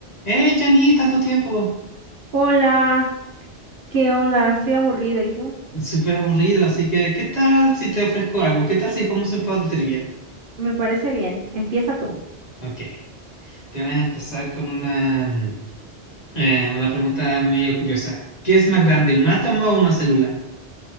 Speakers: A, on the left (about 40°); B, on the right (about 55°).
A: Hey, Jani, tanto tiempo.
B: Hola, ¿qué onda? Estoy aburrida, ¿y tú?
A: Súper aburrido, así que ¿qué tal si te ofrezco algo? ¿Qué tal si jugamos un juego de trivia?
B: Me parece bien. Empieza tú.
A: Ok, te voy a empezar con una, mm, eh, una pregunta medio curiosa. ¿Qué es más grande, un átomo o una célula?